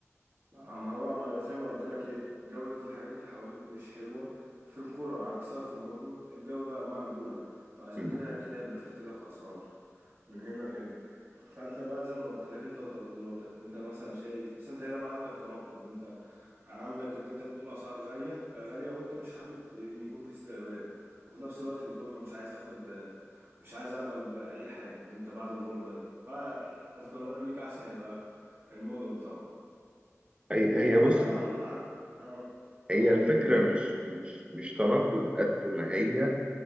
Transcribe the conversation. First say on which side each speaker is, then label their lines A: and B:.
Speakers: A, on the right; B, on the right.
A: ما هو ما انا زي ما قلت لك ايه جودة الحاجات اللي حواليك مش حلوة في القرى عكسها في المدن الجودة مقبولة فعشان
B: مم.
A: كده كده هيبقى في اختلاف اسعار من هنا لهنا فانت بقى زي ما قلت لك انت وتفضيلاتك انت مثلا شايف بس انت هنا بقى عندك تناقض ان انت عندك ان انت بتقول اسعار غالية غالية وانت مش حابب ان يكون في استغلال وفي نفس الوقت بتقول انا مش عايز اخد مش عايز اقبل باي حاجة ان انت بعد الغربة دي فالقرار ليك احسن هيبقى المدن طبعا
B: هي هي
A: على
B: بص
A: طبعا على اه
B: هي الفكرة مش مش مش تناقض قد ما هي